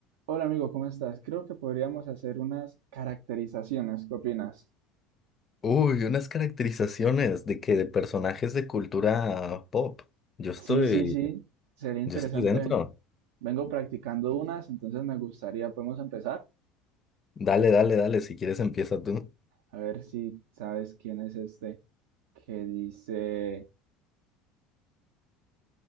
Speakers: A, on the right; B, on the left.
A: Hola amigo, ¿cómo estás? Creo que podríamos hacer unas caracterizaciones. ¿Qué opinas?
B: Uy, unas caracterizaciones de que de personajes de cultura pop. Yo estoy,
A: Sí, sí, sí. Sería interesante.
B: yo estoy dentro.
A: Vengo practicando unas, entonces me gustaría, podemos empezar.
B: Dale, dale, dale, si quieres empieza tú.
A: A ver si sabes quién es este que dice...